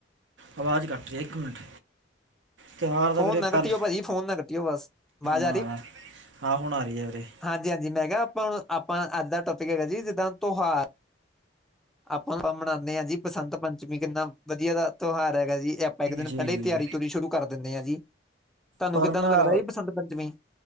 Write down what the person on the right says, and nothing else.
ਆਵਾਜ਼ ਕੱਟ ਰੀ ਐ, ਇੱਕ ਮਿੰਟ ਤਿਉਹਾਰ ਦਾ
ਵੀਰੇ
ਪਰ
ਹਾਂ-ਹਾਂ ਹੁਣ ਆ ਰਹੀ ਹੈ ਵੀਰੇ।
ਜੀ
ਜੀ
ਪਰ
ਨਾ